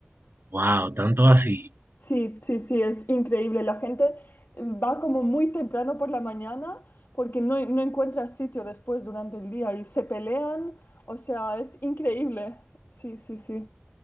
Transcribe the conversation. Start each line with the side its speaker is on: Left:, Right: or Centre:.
Right: Wow, tanto así.
Left: Sí, sí, sí, es increíble. La gente va como muy temprano por la mañana porque no, no encuentra sitio después durante el día y se pelean. O sea, es increíble. Sí, sí, sí.